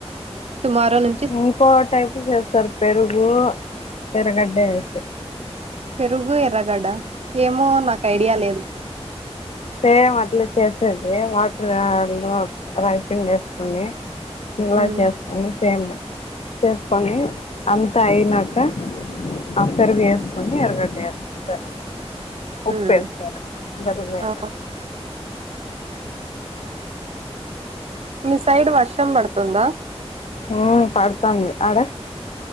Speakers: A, on the right; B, on the left.
A: టుమారో ను
B: ఇంకో టైపు చేస్తరు పెరుగూ ఎరుగడ్డే స
A: పెరుగు ఎర్రగడ్డ ఏమో నాకు ఐడియా లేదు.
B: సేమ్ అట్ల చేసేది వాటర్లో రైపింగ్ వేసుకొని ఇలా
A: ఉమ్,
B: చేసుకొండి సేమ్ చేసుకొని అంతా అయినాక ఆ పెరుగు ఏసుకొని ఎర్రగడ్డ ఏసుకుంటారు. ఉప్పేస్తారు
A: ఉమ్.
B: దరుమే
A: ఆ మీ సైడ్ వర్షం పడుతుందా.
B: ఊ పడుతాంది. అడ